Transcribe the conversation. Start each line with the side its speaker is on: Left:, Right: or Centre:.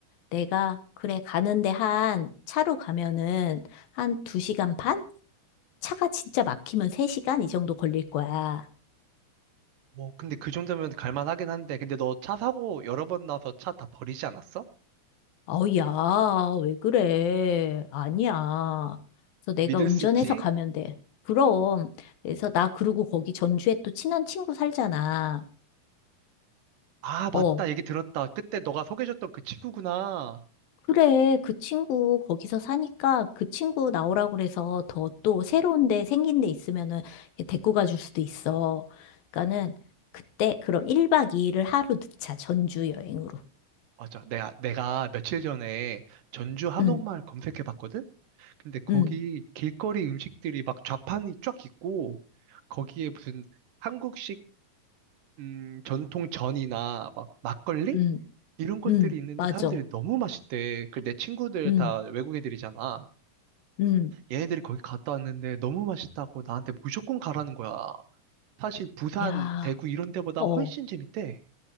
Left: 내가 그래 가는데 한 차로 가면은 한 두 시간 반? 차가 진짜 막히면 세 시간 이 정도 걸릴 거야.
Right: 뭐, 근데 그 정도면 갈만하긴 한데, 근데 너 차 사고 여러 번 나서 차 다 버리지 않았어?
Left: 아우, 야, 왜 그래? 아니야. 그래서 내가
Right: 믿을
Left: 운전해서
Right: 수 있지?
Left: 가면 돼. 그럼. 그래서 나 그러고 거기 전주에 또 친한 친구 살잖아.
Right: 아, 맞다.
Left: 어,
Right: 얘기 들었다. 그때 너가 소개해줬던 그 친구구나.
Left: 그래. 그 친구 거기서 사니까 그 친구 나오라고 그래서 더 또 새로운 데 생긴 데 있으면은 이렇게 데리고 가줄 수도 있어. 그러니까는 그때 그럼 1박 2일을 하루 늦자. 전주 여행으로.
Right: 맞아. 내가, 내가 며칠 전에 전주 한옥마을
Left: 응,
Right: 검색해봤거든? 근데 거기
Left: 응,
Right: 길거리 음식들이 막 좌판이 쫙 있고 거기에 무슨 한국식 음, 전통 전이나 막 막걸리
Left: 응,
Right: 이런 것들이
Left: 응.
Right: 있는데
Left: 맞아.
Right: 사람들이 너무 맛있대. 그 내 친구들
Left: 응,
Right: 다 외국 애들이잖아.
Left: 응.
Right: 얘네들이 거기 갔다 왔는데 너무 맛있다고 나한테 무조건 가라는 거야. 사실 부산,
Left: 야.
Right: 대구 이런 데보다
Left: 어.
Right: 훨씬 재밌대.